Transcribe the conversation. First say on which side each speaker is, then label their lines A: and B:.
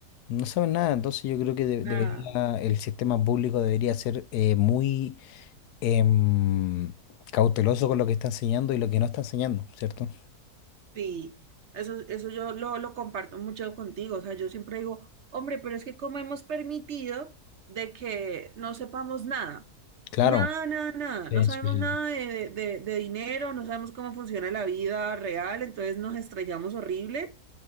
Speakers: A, on the left (about 85°); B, on the right (about 55°).
A: no saben nada. Entonces yo creo que de-
B: nada,
A: debería, el sistema público debería ser eh, muy em, cauteloso con lo que está enseñando y lo que no está enseñando, ¿cierto?
B: sí, eso, eso yo lo, lo comparto mucho contigo, o sea, yo siempre digo, hombre, pero es que cómo hemos permitido de que no sepamos nada,
A: Claro,
B: nada, nada, nada,
A: sí,
B: no sabemos
A: sí, sí,
B: nada
A: sí.
B: de, de, de dinero, no sabemos cómo funciona la vida real, entonces nos estrellamos horrible